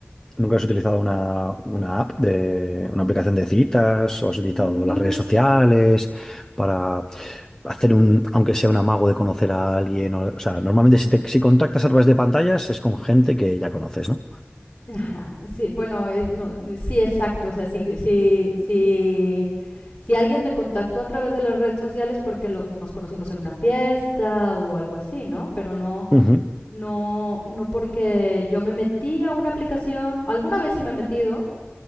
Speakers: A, on the left; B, on the left.
A: nunca has utilizado una, una app de una aplicación de citas o has utilizado
B: Nunca
A: las redes sociales para hacer un, aunque sea un amago de conocer a alguien? O, o sea, normalmente si te, si contactas a través de pantallas es con gente que ya conoces, ¿no?
B: Ajá, sí, bueno, es- no, sí, exacto. O sea, sí, sí, sí, si alguien me contactó a través de las redes sociales porque lo- nos conocimos en una fiesta o algo así, ¿no? Pero no,
A: Ujú.
B: no, no porque yo me metí a una aplicación. Alguna vez sí me he metido